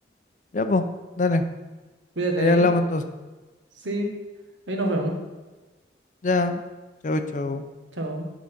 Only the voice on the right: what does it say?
Cuídate
ahí,
sí, ahí nos vemos.
Chao.